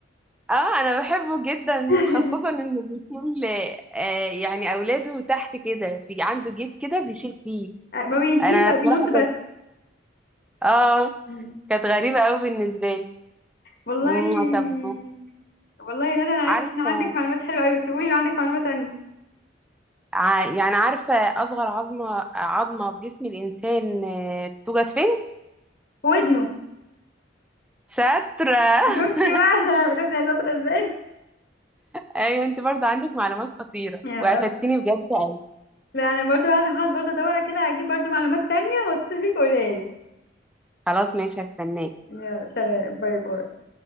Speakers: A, in the centre; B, on the left.
A: اه انا بحبه جدا
B: <laughs>
A: خاصه انه بيكون ل- آه، يعني اولاده تحت كده في عنده جيب كده بيشيل فيه
B: ما بيمشيش
A: بصراحه
B: بقى بينط بس
A: كانت اه
B: مم.
A: كانت غريبه قوي بالنسبه لي
B: والله
A: مم، طب
B: والله يا ندى انا عرفت
A: عارفة
B: ان عندك معلومات حلوه قوي بس قولي لو عندك معلومه تانية
A: ع- يعني عارفة أصغر عظمة عظمة في جسم الإنسان آه، توجد فين؟
B: في ودنه
A: شاطرة
B: شفتي
A: <laughs>
B: بقى <laughs> شفتي يا شاطره ازاي
A: أيوة أنت برضه عندك معلومات خطيرة
B: يا
A: وقفتني بجد أوي
B: لا انا برضو قاعده هقعد برضو ادور كده هجيب برضو معلومات تانية واتصل بيك وقولها لي
A: خلاص ماشي هستناك
B: يا سلام باي باي